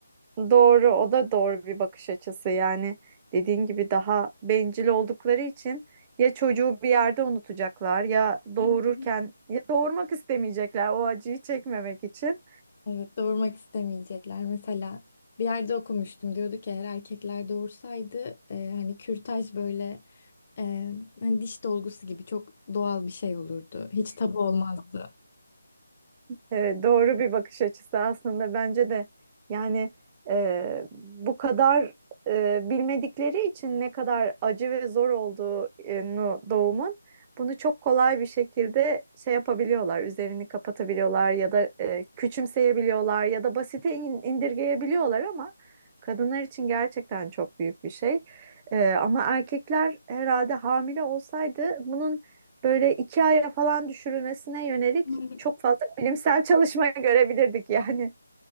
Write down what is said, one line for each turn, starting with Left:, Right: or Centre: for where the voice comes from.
Right: Doğru, o da doğru bir bakış açısı. Yani dediğin gibi daha bencil oldukları için ya çocuğu bir yerde unutacaklar ya doğururken
Left: <laughs>
Right: ya doğurmak istemeyecekler o acıyı çekmemek için.
Left: Evet, doğurmak istemeyecekler. Mesela bir yerde okumuştum. Diyordu ki eğer erkekler doğursaydı e, hani kürtaj böyle e, hani diş dolgusu gibi çok doğal bir şey olurdu. Hiç tabu olmazdı.
Right: Evet, doğru bir bakış açısı aslında bence de yani e, bu kadar e, bilmedikleri için ne kadar acı ve zor olduğunu doğumun bunu çok kolay bir şekilde şey yapabiliyorlar üzerini kapatabiliyorlar ya da e, küçümseyebiliyorlar ya da basite in- indirgeyebiliyorlar ama kadınlar için gerçekten çok büyük bir şey E, ama erkekler herhalde hamile olsaydı bunun Böyle iki aya falan düşürülmesine yönelik
Left: <laughs>
Right: çok fazla bilimsel çalışma <laughs> görebilirdik yani.